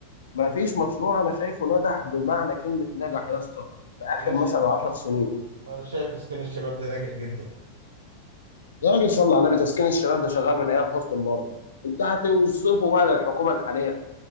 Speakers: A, on the left (about 65°); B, on the right (about 70°).
A: ما فيش مشروع انا شايفه نجح بمعنى كلمة نجح يا اسطى في اخر
B: انا شايف
A: مثلا 10 سنين
B: انا شايف اسكان الشباب ده ناجح جدا
A: يا راجل صل على النبي تسكين الشباب ده شغال من ايام حسني مبارك انت هتوصفه بقى للحكومة الحالية